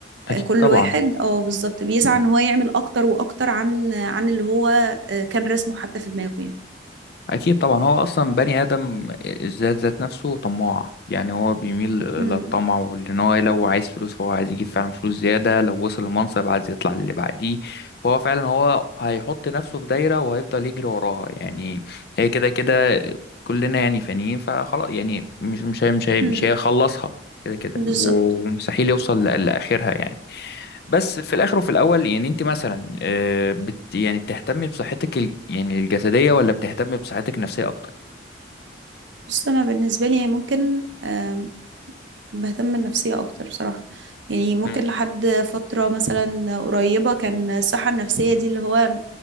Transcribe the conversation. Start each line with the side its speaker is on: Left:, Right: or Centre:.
Left: اكيد
Right: كل
Left: طبعا
Right: واحد اه بالظبط بيسعى ان هو يعمل اكتر واكتر عن عن اللي هو آه، كان رسمه حتى في دماغه يعني
Left: اكيد طبعا هو اصلا بني ادم الذات ذات نفسه طماع يعني هو بيميل للطمع
Right: امم
Left: وان هو إيه، لو عايز فلوس هو عايز يجيب فعلا فلوس زياده لو وصل لمنصب عايز يطلع للي بعديه فهو فعلا هو هيحط نفسه في دايره وهيفضل يجري وراها يعني هي كده كده كلنا يعني فانيين فخلاص يعني مش مش هي مش هي
Right: امم
Left: مش هيخلصها كده كده
Right: بالظبط
Left: ومستحيل يوصل لأ- لاخرها يعني بس في الاخر وفي الاول يعني انت مثلا آه، بت يعني بتهتمي بصحتك الج- يعني الجسديه ولا بتهتمي بصحتك النفسيه اكتر
Right: بس انا بالنسبه لي يعني ممكن آم، بهتم بالنفسيه اكتر بصراحه يعني ممكن
Left: امم
Right: لحد فتره مثلا قريبه كان الصحه النفسيه دي اللي هو